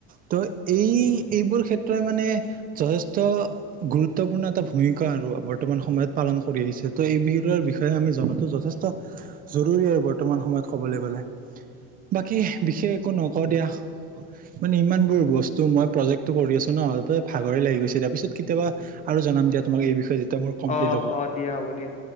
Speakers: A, on the right; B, on the left.
A: ত' এই এইবোৰ ক্ষেত্ৰই মানে যথেষ্ট গুৰুত্বপূৰ্ণ এটা ভূমিকা আৰু বৰ্তমান সময়ত পালন কৰি আহিছে, ত' এই বিহৰ বিষয়ে আমি জনাটো যথেষ্ট জৰুৰী আৰু বৰ্তমান সময়ত কবলৈ গলে, বাকী বিশেষ একো নক দিয়া, মানে ইমান বোৰ বস্তু মই প্ৰজেক্টটো কৰি আছো ন ভাগৰে লাগি গৈছে তাৰপিছত কেতিয়াবা আৰু জনাম দিয়া তোমাক এই বিষয়ে যেতিয়া মোৰ কমপ্লিট
B: অ
A: হ'ব।
B: অ দিয়া হ'ব দিয়া।